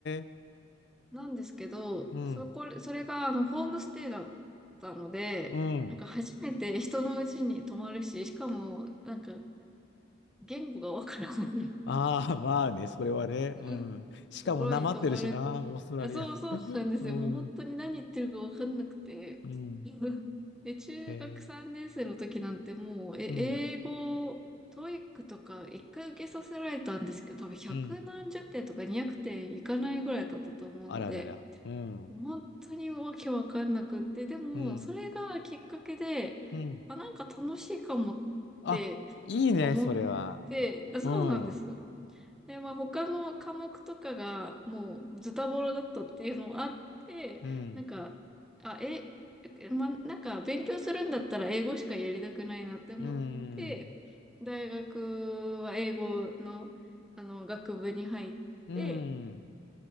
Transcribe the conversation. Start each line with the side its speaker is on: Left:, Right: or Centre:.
Left: え。
Centre: なんですけど、
Left: うん。
Centre: そこ、それがあのホームステイだったので、
Left: うん。
Centre: なんか初めて人の家に泊まるし、しかも、なんか言語がわからない
Left: ああ、まあね、それはね。
Centre: <laughs>
Left: うん。しかも、
Centre: ところに泊まる。
Left: なまってるしな、
Centre: い
Left: オーストラリア。
Centre: やそうそうなんですよ。
Left: うん。
Centre: もう本当に何言ってるかわかんなくて。
Left: うん。
Centre: <laughs> で、中学3年生の時なんてもう、
Left: へえ。
Centre: え、
Left: うん。
Centre: 英語、トイックとか一回受けさせられたんですけど、多分100何十点とか200点いかないぐらいだったと思うので、
Left: うん。あららら。うん。
Centre: 本当にわけわかんなくって、でも、
Left: うん。
Centre: それがきっかけで、
Left: うん。
Centre: あ、なんか楽しいかもっ
Left: あ、
Centre: て
Left: いいね、
Centre: 思っ
Left: それは。
Centre: て、あそうなんです。
Left: うん。
Centre: で、まあ他の科目とかがもうズタボロだったっていうのもあって、
Left: うん。
Centre: なんか、あ、え、えまあ、なんか勉強するんだったら英語しかやりたくないなって思って、
Left: うん。
Centre: 大学は英語の、あの学部に入って、
Left: うん。